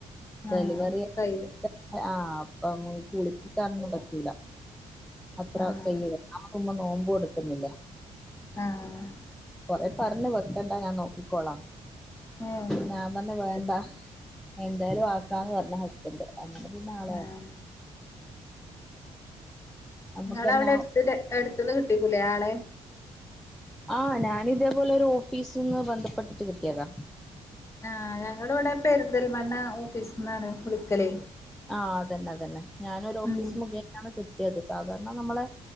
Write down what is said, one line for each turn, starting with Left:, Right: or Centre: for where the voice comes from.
Centre: ഡെലിവറി
Left: ആഹ് അപ്പൊ കയ്യും
Centre: ആ ആ കുളിപ്പിക്കാനൊന്നും പറ്റൂല അത്ര
Left: ആഹ്
Centre: കൈയില്ല് നമുമ്മ നോമ്പ് എടുക്കുന്നില്ലേ
Left: ആഹ്
Centre: കുറെ പറഞ്ഞ് വെക്കണ്ട ഞാൻ നോക്കിക്കോളാം
Left: ഏഹ്
Centre: ഞാൻ പറഞ്ഞ് വേണ്ട എന്തായാലും വാക്കാന്ന് പറഞ്ഞ് ഹസ്ബൻഡ് അന്നിട്ട് പിന്നെ ആളെ
Left: ആഹ്
Centre: നമ്മുക്കന്നെ
Left: നിങ്ങള അവിടെ എടുത്ത് എടുത്തിനകിട്ടി കും ആളെ
Centre: ആ ഞാന് ഇതേപോലെ ഒരു ഓഫീസി നിന്ന് ബന്ധപ്പെട്ടിട്ട് കിട്ടിയതാ
Left: ആ ഞങ്ങളിവിടെ പെരുന്തൽമണ് ഓഫീസിന്നാണ് കുളിക്കലേ
Centre: ആ അതന്നെ അതന്നെ ഞാനൊരു ഓഫീസ്
Left: ഉം
Centre: മുഖേനാണ് കിട്ട യത് സാധാരണ നമ്മളെ